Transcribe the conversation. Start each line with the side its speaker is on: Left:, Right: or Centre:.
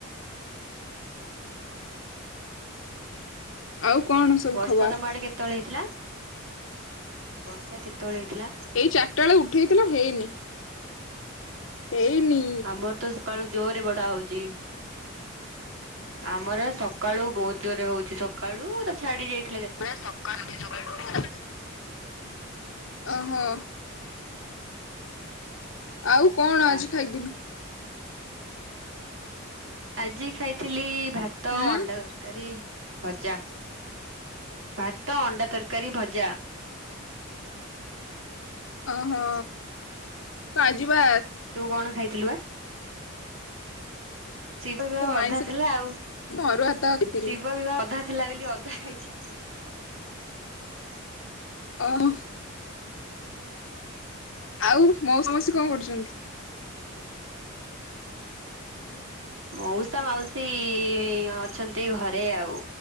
Left: ଆଉ କଣ? ସବୁ
Right: ବର୍ଷା
Left: ଖବର?
Right: ତମ ଆଡେ କେତେବେଳେ ହେଇଥିଲା ବର୍ଷା କେତେବେଳେ ହେଇଥିଲା?
Left: ଏଇ ଚାରିଟା ବେଳେ ଉଠେଇଥିଲା ହେଇନି। ଏଇନି
Right: ଆମର ତ ସକାଳୁ ଜୋରେ ବଢା ହଉଚି। ଆମର ସକାଳୁ ବହୁତ ଜୋରରେ ହଉଛି ସକାଳୁ ତ ଛାଡି ଯାଇଥିଲା ଚାରିଟା ବେଳକୁ।
Left: ସଖାଳୁ <inaudible> ଓ ହୋ। ଆଉ କଣ
Right: ହଁ ବା
Left: ଆଜି ଖାଇଥିଲୁ?
Right: ଆଜି ଖାଇଥିଲି ଭାତ
Left: ହୁଁ
Right: ଅଣ୍ଡା ତର୍ ତରକାରୀ ଭଜା ଭାତ ଅଣ୍ଡା ତରକାରୀ ଭଜା।
Left: ଓହୋ ଆଜି ପା
Right: ତୁ କଣ ଖାଇଥିଲୁ ବା ଶିବ ବିିବାହ ଅଧା
Left: ଆଇଁଷ
Right: ଥିଲା ଆଉ
Left: ମୁଁ ଅରୁଆ ଭାତ ଖାଇଥିଲି।
Right: ଶିବ ବିିବାହ ଅଧା ଥିଲା ବୋଲି ଅଧା ଖାଇଛି। ଓ
Left: ଓ ହୋ ଆଉ ମୋଉସା ମାଉସୀ କଣ କରୁଛନ୍ତି?
Right: ମଉସା ମାଉସୀ ଅଛନ୍ତି ଘରେ ଆଉ।